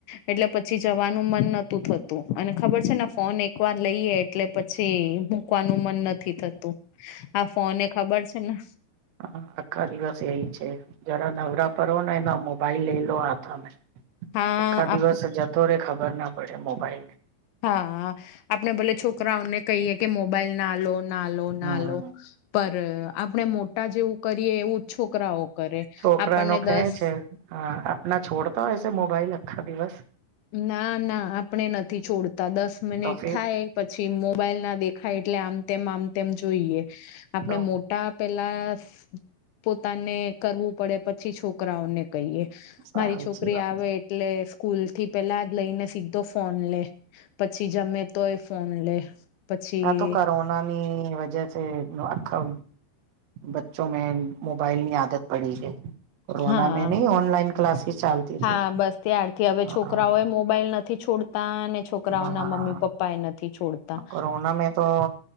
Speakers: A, on the left; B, on the right.
A: એટલે પછી જ વાનું મન નતું થતું અને ખબર છે ને ફોન એક વાર લઈએ એટલે પછી. મૂકવાનું મન નથી થતું આ ફોન એ ખબર છે ને.
B: હ આખા દિવસ એય છે જરા નવરા પર હો ને એના મો મોબાઈલ લે લો હતામે
A: હા
B: આખા દિવસ જતો રે ખબર ના પડે મોબાઈલ ને.
A: હા આપણે ભોલે છોકરાઓને કહીએ કે મોબાઈલ ના લો ના લો ના
B: હમ
A: લો પર આપણે મોટા જેવું કરીએ એવું છોકરાઓ કરે
B: છોકરા
A: આપણને
B: ન કહે
A: દસ
B: છે હા આપણા છોડતા હો સે મોબાઈલ આખા દિવસ.
A: ના ના આપણે નથી છોડતા દસ મિનિટ
B: તો ફર
A: થાય પછી મોબાઈલ ના દેખાય એટલે આમ તેમ આમ તેમ જોઈએ આપણે
B: તો
A: મો ટા પેલા પોતાને કરવું પડે પછી છોકરી છોકરાઓને કહી
B: સારી
A: મારી છોકરી
B: જી વાત
A: આવે એટલે સકુ થી પેલા જ લઈને સીધો ફોન લે પછી જમે તો એ ફોન લે. પછી
B: હા તો કોરોનાની વજહથી આખા બચ્ચો મે મોબાઈલ ની આદત પડી છેઈ કોરોના
A: હા
B: મે નહી ઓનલાઇન ક્લાસેસ ચાલતી હતી
A: હા બસ ત્યારથી હવે
B: હા
A: છોકરાઓ એ મોબાઈલ નથી છોડતા અને છોકરાઓ
B: હા
A: ના મમ્મી પપ્પા એ નથી છોડતા.
B: કોરોના મે તો